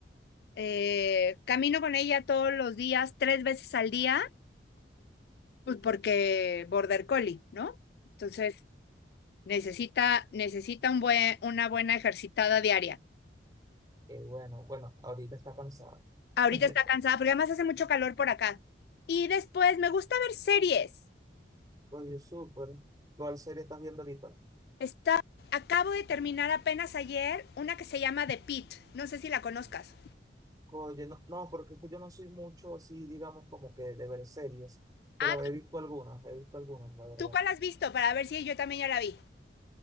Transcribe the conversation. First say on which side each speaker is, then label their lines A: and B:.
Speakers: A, on the left; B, on the right.
A: Eh, camino con ella todos los días, tres veces al día, pues porque border collie, ¿no? Entonces, Necesita, necesita un buen, una buena ejercitada diaria.
B: Qué bueno, bueno, ahorita está cansada.
A: Ahorita
B: <laughs>
A: está cansada porque además hace mucho calor por acá. Y después me gusta ver series.
B: Oye, súper. ¿Cuál serie estás viendo ahorita?
A: Está, acabo de terminar apenas ayer una que se llama The Pitt No sé si la conozcas.
B: Oye, no, no, porque es que yo no soy mucho así, digamos, como que de ver series, pero
A: Ah,
B: he
A: ¿tú,
B: visto algunas, he visto algunas, la verdad.
A: tú cuál has visto? Para ver si yo también ya la vi.